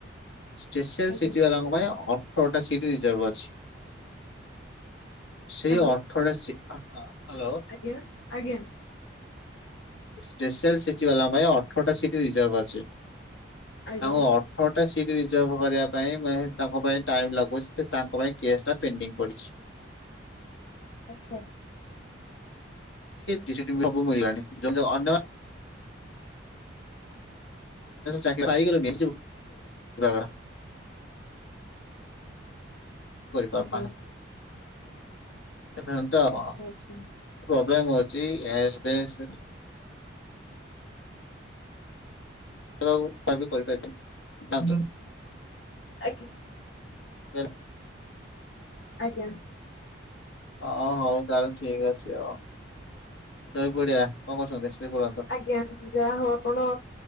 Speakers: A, on the left; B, on the left.
A: ସ୍ପେଶାଲ
B: ଆଜ୍ଞା
A: ସିଟି ଅ ରଙ୍ଗ ପାଇଁାଇ ଅଠରଟା ସିଟି ରିଜାର୍ଭ ଅଛି। ସେଇ
B: ହ୍ୟାଲୋ
A: ଅର୍ଥଟ ହ୍ୟାଲୋ
B: ଆଜ୍ଞା ଆଜ୍ଞା
A: ସ୍ପେଶାଲ ସିଟି ବାଲା ପାଇଁ ଅଠରଟା ସିଟି ରିଜର୍ଭ ଅଛି
B: ଆଜ୍ଞା
A: ତାଙ୍କୁ ଛଅଟା ସିଟ୍ ରିଜର୍ଭ କରିବା ପାଇଁ ମ ତାଙ୍କ ପାଇଁ ଟାଇମ୍ ଲାଗୁଛି ସେ ତାଙ୍କ ପାଇଁ କେସ୍ଟା ପେଣ୍ଡିଙ୍ଗ ପଡ଼ିଛି।
B: ଆଛା
A: ସବୁ ମିଳଗଣି ଅନ୍ୟ ଚାକିରି ପାଇଗଲେଣି <unintelligible> କରିପାରୁନାହାନ୍ତି
B: ଆଜ୍ଞା
A: <unintelligible> ତ ଆଉ କଣ
B: ଆଚ୍ଛା ଆଚ୍ଛା
A: ପ୍ରୋବ୍ଲେମ ହଉଛି ଏଜ ବେସ <unintelligible>
B: ଆଜ୍ଞା
A: <unintelligible>
B: ଆଜ୍ଞା
A: ଓ ହଉ ତାହେଲେ ଠିକ ଅଛି ଆଉ। ଶୋଇ ପଡିଆ କଣ କହୁଛନ୍ତି ସୋଇ ପଡନ୍ତୁ।
B: ଆଜ୍ଞା ଯାହା ହଉ ଆପଣ